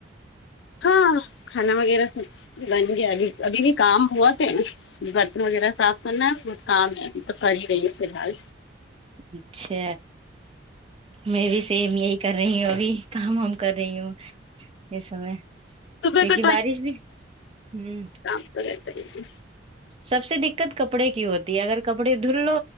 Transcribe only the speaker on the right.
اچھا میں بھی سیم یہی کر رہی ہوں ابھی کام و کر رہی ہوں اس سمے
کیونکہ
بارش بھی ہ
سب سے دیکت کپڑے کی ہوتی ہے اگر کپڑے دھل لو